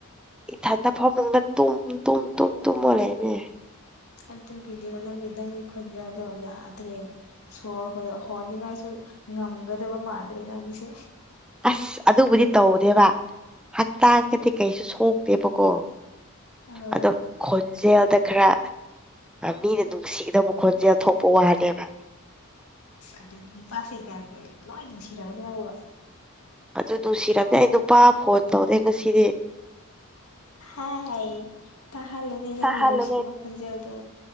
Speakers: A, in the centre; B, on the left.
A: ꯏꯊꯟꯗ ꯐꯕꯨꯡꯗ ꯇꯨꯝ ꯇꯨꯝ ꯇꯨꯝ ꯇꯨꯝ ꯑꯣꯣꯂꯛꯅꯦ
B: ꯑꯩ ꯑꯗꯨ ꯀꯤꯅꯦꯕ ꯅꯪꯒꯤ ꯅꯪꯒꯤ ꯈꯨꯣꯟꯖꯦꯜꯗꯣ ꯌꯥꯗ꯭ꯔꯦ ꯁꯣꯔ ꯍ ꯍꯣꯟꯅꯤꯡꯉꯥꯏꯁꯨ ꯉꯝꯒꯗꯕ ꯃꯥꯟꯗ꯭ꯔꯦꯅ ꯃꯤꯁꯦ
A: ꯑꯁ ꯑꯗꯨꯕꯨꯗꯤ ꯇꯧꯗꯦꯕ ꯍꯛꯇꯥꯥꯡꯒꯗꯤ ꯀꯩꯁꯨ ꯁꯣꯛꯇꯦꯕꯀꯣ
B: ꯑꯧ
A: ꯑꯗ ꯈ ꯈꯣꯟꯖꯦꯜꯗ ꯈꯔ ꯃꯤꯅ ꯅꯨꯡꯁꯤꯒꯗꯕ ꯈꯣꯟꯖꯦꯜ ꯊꯣꯛꯄ ꯋꯥꯂꯦꯕ
B: ꯑꯗ ꯄꯥꯁ ꯆꯩꯒ ꯂꯣꯏ ꯑꯗꯨ ꯁꯤꯔ ꯑꯃꯅꯦ ꯑꯕꯣ
A: ꯑꯗꯨ ꯅꯨꯡꯁꯤꯔꯝꯅꯤ ꯑꯩ ꯅꯨꯄꯥ ꯐꯣꯟ ꯇꯧꯔꯦ ꯉꯁꯤꯗꯤ
B: ꯍꯥꯏ ꯇ ꯍꯜꯂ ꯅ ꯅꯪꯒꯦꯅ
A: ꯇꯥꯍꯜꯂꯨꯅꯦ
B: ꯁꯤ ꯋꯥꯈꯣꯟ ꯆꯎꯗꯣ